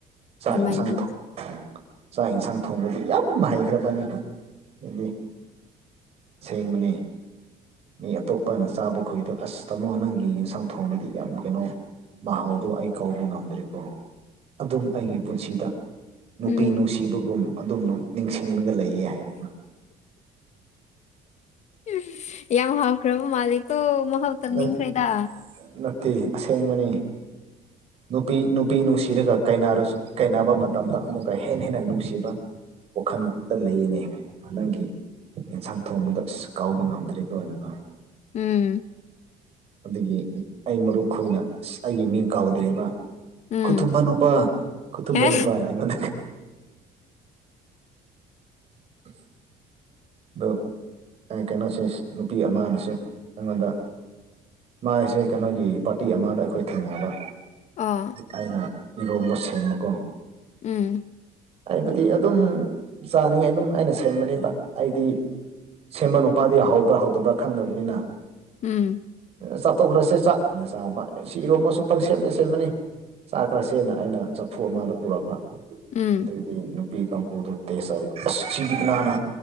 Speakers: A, on the right (about 40°); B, on the left (about 45°).
A: ꯆꯥꯛ
B: ꯑꯗꯨꯃꯥꯏꯅ
A: ꯏꯟꯁꯥꯡ
B: ꯇꯧꯕ
A: ꯊꯣ ꯆꯥꯛ ꯌꯦꯟꯁꯥꯡ ꯊꯣꯡꯕꯗꯤ ꯌꯥꯝꯅ ꯍꯩꯈ꯭ꯔꯕꯅꯤ ꯑꯩꯗꯤ ꯁꯦꯡꯕꯅꯦ ꯃꯤ ꯑꯇꯣꯞꯄꯅ ꯆꯥꯕ ꯈꯣꯏꯗꯣ ꯑꯁ ꯇꯥꯃꯣ ꯅꯪꯒꯤ ꯏꯟꯁꯥꯡ ꯊꯣꯡꯕꯗꯤ ꯌꯥꯝ ꯀꯩꯅꯣ ꯃꯍꯥꯎꯗꯣ ꯑꯩ ꯀꯧꯕꯥꯎꯕ ꯉꯝꯗ꯭ꯔꯦꯀꯣ ꯑꯗꯨꯝ ꯑꯩꯒꯤ ꯄꯨꯟꯁꯤꯗ ꯅꯨꯄꯤ
B: ꯎꯝ
A: ꯅꯨꯡꯁꯤꯕꯒꯨꯝ ꯑꯗꯨꯝ ꯅꯤꯡꯁꯤꯡꯂꯒ ꯂꯩꯌꯦ ꯍꯥꯏꯔꯒ
B: ꯏꯁ ꯌꯥꯝ ꯍꯥꯎꯈ꯭ꯔꯕ ꯃꯥꯂꯤꯀꯣ ꯃꯍꯥꯎ ꯇꯝꯅꯤꯡꯈ꯭ꯔꯦꯗ
A: ꯅꯠ ꯅꯠꯇꯦ ꯑꯁꯦꯡꯕꯅꯤ ꯅꯨꯄꯤ ꯅꯨꯄꯤ ꯅꯨꯡꯁꯤꯔꯒꯔ ꯀꯥꯏꯅꯔꯁꯨ ꯀꯥꯏꯅꯕ ꯃꯇꯝꯗ ꯑꯃꯨꯛꯀ ꯍꯦꯟꯅ ꯍꯦꯟꯅ ꯅꯨꯡꯁꯤꯕ ꯋꯥꯈꯜꯗꯨꯇ ꯂꯩꯌꯦꯅꯦ ꯅꯪꯒꯤ ꯌꯦꯟꯁꯥꯡ ꯊꯣꯡꯕꯗ ꯑꯁ ꯀꯥꯎꯕ ꯉꯝꯗ꯭ꯔꯦꯀꯣ <unintelligible>
B: ꯎꯝ
A: ꯑꯗꯨꯒꯤ ꯑꯩ ꯃꯔꯨꯞ ꯈꯣꯏꯅ ꯁꯤ ꯑꯩꯒꯤ ꯃꯤꯡ ꯀꯥꯎꯗ꯭ꯔꯦꯕ
B: ꯎꯝ
A: ꯈꯨꯊꯨꯝꯕ ꯅꯨꯄꯥ ꯈꯨꯊꯨꯝꯕ
B: ꯍꯦ
A: ꯅꯨꯄꯥ ꯑꯩꯉꯣꯟꯗ <inaudible> ꯗꯣ ꯑꯩ ꯀꯩꯅꯣꯁꯦ ꯅꯨꯄꯤ ꯑꯃꯅꯁꯨ ꯑꯩꯉꯣꯟꯗ ꯃꯥꯥꯏꯁꯦ ꯀꯩꯅꯣꯒꯤ ꯄꯥꯔꯇꯤ ꯑꯃꯗ ꯑꯩꯈꯣꯏ ꯊꯦꯡꯅꯕ
B: ꯑꯣ
A: ꯑꯩꯅ ꯏꯔꯣꯝꯕ ꯁꯦꯝꯕꯀꯣ
B: ꯎꯝ
A: ꯑꯩꯕꯨꯗꯤ ꯑꯗꯨꯝ ꯆꯥꯅꯤꯡꯉꯥꯏ ꯑꯗꯨꯝ ꯑꯩꯅ ꯁꯦꯝꯕꯅꯤꯕ ꯑꯩꯗꯤ ꯁꯦꯝꯕ ꯅꯨꯄꯥꯗꯤ ꯍꯥꯎꯕ꯭ꯔꯥ ꯍꯥꯎꯇꯕ꯭ꯔꯥ ꯈꯪꯗꯕꯅꯤꯅ
B: ꯎꯝ
A: ꯆꯥꯊꯣꯛꯈ꯭ꯔꯁꯦ ꯆꯥꯛ ꯑꯅ ꯆꯥꯕ ꯁꯤ ꯏꯔꯣꯝꯕꯁꯨ ꯄꯪ ꯁꯦꯝꯗ ꯁꯦꯝꯕꯅꯤ ꯆꯥꯈ꯭ꯔꯁꯦꯅ ꯑꯩꯅ ꯆꯐꯨ ꯑꯃꯗ ꯄꯨꯔꯛꯄ
B: ꯎꯝ
A: ꯑꯗꯨꯢꯗꯤ ꯅꯨꯄꯤ ꯀꯥꯡꯄꯨꯗꯨ ꯇꯦꯁ ꯇꯧꯔꯒ ꯑꯁ ꯁꯤꯗꯤ ꯀꯅꯥꯅ